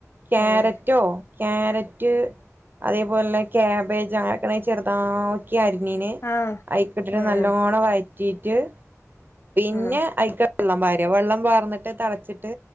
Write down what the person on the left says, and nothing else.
ഉം
ആഹ്
ഉം
ഉം
ആഹ്